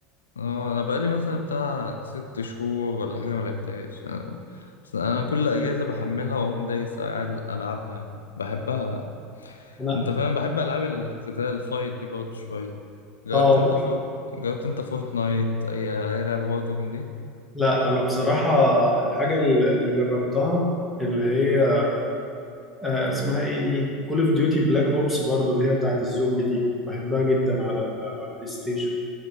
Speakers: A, on the left; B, in the centre.
A: آه، أنا بقالي مثلا بتاع ست شهور ولا حاجة ملعبتهاش أنا بس أنا كل أجازة بحملها وأقوم دايس قاعد ألعبها يعني بحبها
B: انا
A: أنت فاهم بحب ألعاب القتال الفايت دي برضه شوية جربت
B: اه
A: انت فورت جربت انت فورتنايت اي اي لعبه برضه من دي
B: لا انا بصراحة الحاجة اللي اللي جربتها اللي هي آه اسمها ايه دي كول اوف ديوتي بلاك اوبس برضو اللي هي بتاعت الزومبي دي بحبها جدا على ال- على البلاي ستيشن